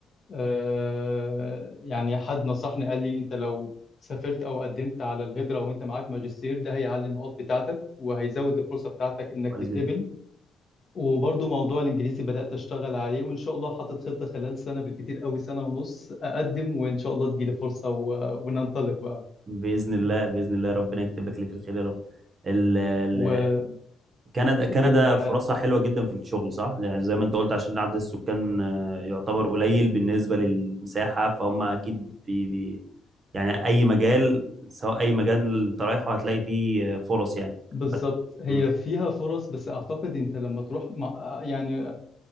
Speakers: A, on the left; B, on the right.
A: آه يعني حد نصحني قال لي انت لو سافرت او قدمت على الهجرة وانت معاك ماجستير ده هيعلي النقاط بتاعتك وهيزود الفرصة بتاعتك انك
B: كويس
A: تتقبل
B: جدا
A: وبرضو موضوع الانجليزي بدأت اشتغل عليه وان شاء الله حاطط خطة خلال سنة بالكتير قوي سنة ونص اقدم وان شاء الله تجيلي فرصة و... وننطلق بقى
B: باذن الله باذن الله ربنا يكتب لك اللي في الخير يا رب ال- ال-
A: و...
B: كندا
A: وال...
B: كندا فرصها حلوة جدا في الشغل صح؟ يعني زي ما انت قلت عشان عدد السكان آه، يعتبر قليل بالنسبة للمساحة فهم أكيد في بي يعني أي مجال سواء أي مجال انت رايحه هتلاقي فيه آه، فرص يعني
A: بالظبط هي
B: مم.
A: فيها فرص بس اعتقد انت لما تروح مع... يعني